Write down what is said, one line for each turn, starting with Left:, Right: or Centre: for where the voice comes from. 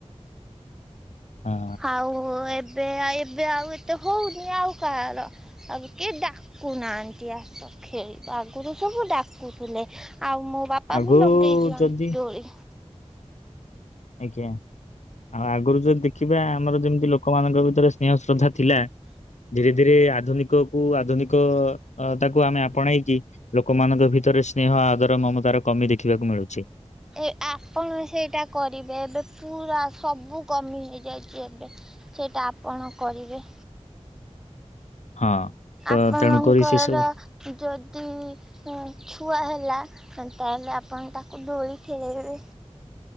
Left: ହଁ।
Centre: ଆଉ ଏବେ ଏବେ ଆଉ ଏତେ ହଉନି, ଆଉ କାହାର। ଆଉ କେ ଡାକୁନାହାନ୍ତି, ଆସ। ଖେଳିବା ଆଗୁରୁ ସବୁ ଡାକୁଥିଲେ। ଆଉ ମୋ ବାପା
Left: ଆଗରୁ
Centre: ବି ଲଗେଇ ଦିଅନ୍ତି
Left: ଯଦି
Centre: ଦୋଳି।
Left: ଆଜ୍ଞା। ଆଉ ଆଗରୁ ଯଦି ଦେଖିବା, ଆମର ଯେମିତି ଲୋକମାନଙ୍କ ଭିତରେ ସ୍ନେହ ଶ୍ରଦ୍ଧା ଥିଲା। ଧୀରେ ଧୀରେ ଆଧୁନିକ କୁ ଆଧୁନିକ ତାକୁ ଆମେ ଆପଣେଇ କି ଲୋକମାନଙ୍କ ଭିତରେ ସ୍ନେହ, ଆଦର ମମତାର କମି ଦେଖିବାକୁ ମିଳୁଛି।
Centre: ଏ ଆପଣ ସେଇଟା କରିବେ। ଏବେ ପୁରା ସବୁ କମି ହେଇଯାଇଛି। ଏବେ ସେଇଟା ଆପଣ କରିବେ।
Left: ହଁ। ତ
Centre: ଆପଣଙ୍କର
Left: ତେଣୁକରି ସେ ସବୁ
Centre: ଯଦି ଛୁଆ ହେଲା, ତାହେଲେ ଆପଣ ତାକୁ ଦୋଳି ଖେଳେଇବେ।